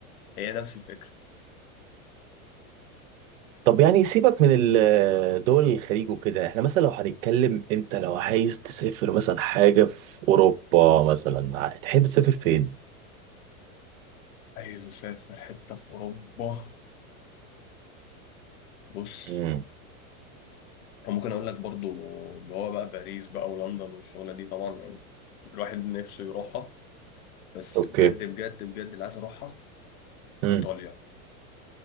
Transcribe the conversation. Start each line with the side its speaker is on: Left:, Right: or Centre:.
Left: هي نفس الفكرة
Right: طب يعني سيبك من ال- دول الخليج وكده احنا مثلا لو هنتكلم انت لو عايز تسافر مثلا حاجه في اوروبا مثلا تحب تسافر فين
Left: عايز أسافر حتة في أوروبا بص
Right: امم
Left: وممكن أقول لك برضو اللي هو بقى باريس بقى ولندن والشغلة دي طبعا يعني الواحد نفسه يروحها بس
Right: اوكي
Left: بجد بجد بجد اللي عايز أروحها
Right: امم
Left: إيطاليا